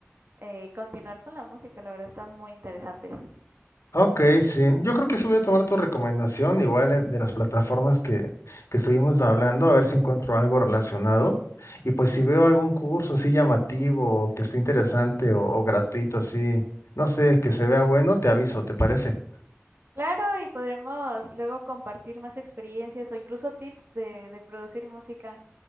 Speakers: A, on the right; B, on the left.
A: eh, continuar con la música. La verdad está muy interesante.
B: Ok, sí. Yo creo que sí voy a tomar tu recomendación, igual en- de las plataformas que, que estuvimos hablando, a ver si encuentro algo relacionado. Y pues si veo algún curso así llamativo, o que esté interesante o, o gratuito, así, no sé, que se vea bueno, te aviso, ¿te parece?
A: Claro, y podremos luego compartir más experiencias o incluso tips de, de producir música.